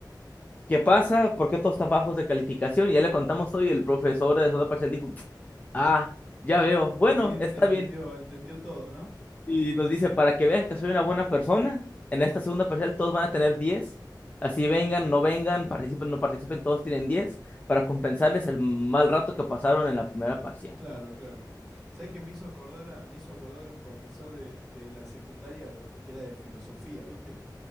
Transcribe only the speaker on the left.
qué pasa, por qué todos tan bajos de calificación. Y ya le contamos todo y el profesor de segunda parcial dijo, ah, ya veo, bueno,
está
bien.
Y nos dice, para que vean que soy una buena persona, en esta segunda parcial todos van a tener diez, Así vengan, no vengan, participen, no participen, todos tienen 10 para compensarles el mal rato que pasaron en la primera parcial.